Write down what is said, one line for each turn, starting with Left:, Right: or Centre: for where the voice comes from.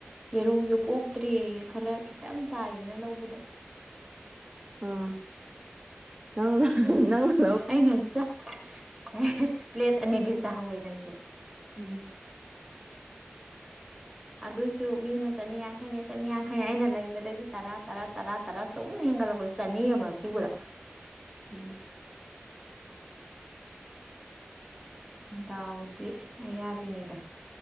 Centre: ꯌꯦꯔꯨꯝꯁꯨ ꯀꯣꯛ ꯇ꯭ꯔꯦꯌꯦ ꯈꯔ ꯈꯤꯇꯪ ꯇꯥꯏꯌꯦꯅ ꯂꯧꯕꯗꯣ
Right: ꯑꯝ ꯅꯪꯅ ꯅꯩꯅ
Centre: ꯑꯩꯅ ꯆ ꯍꯩ ꯄ꯭ꯂꯦꯠ ꯑꯅꯤꯗꯤ ꯆꯥꯍꯧꯋꯦ ꯅꯪꯁꯨ
Right: ꯎꯝ
Centre: ꯑꯗꯨꯁꯨ ꯃꯤꯅ ꯆꯅꯤꯌꯥꯡꯈꯩꯅꯦ ꯆꯅꯤꯌꯥꯡꯈꯩꯅꯦ ꯑꯩꯅ ꯂꯩꯕꯗꯒꯤ ꯇꯔꯥ ꯇꯔꯥ ꯇꯔꯥ ꯇꯔꯥ ꯁꯨꯝ ꯁꯨꯝ ꯍꯦꯟꯒꯠꯂꯛꯄꯗ ꯆꯥꯅꯤꯒ ꯃꯥꯔꯐꯨ ꯒꯗ
Right: ꯎꯝ
Centre: ꯗꯥꯎꯗꯤ ꯑ ꯌꯥꯕꯤꯅꯤꯗ